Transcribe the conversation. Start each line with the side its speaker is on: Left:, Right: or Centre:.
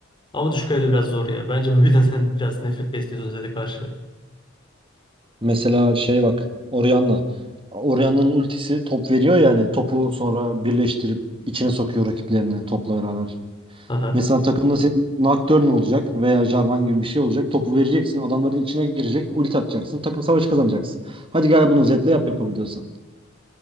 Left: Ama düşük kaloride biraz zor ya. Bence bu <laughs> yüzden sen biraz nefret besliyorsun Zed'e karşı.
Right: Mesela şey bak Orianna. Orianna'nın ultisi top veriyor yani topu sonra birleştirip içine sokuyor rakiplerini topla beraber.
Left: Aha.
Right: Mesela takımda senin Nocturne olacak veya Jarvan gibi bir şey olacak. Topu vereceksin, adamların içine girecek, ulti atacaksın, takım savaşı kazanacaksın. Hadi gel bunu Zed'le yap yapabiliyorsan.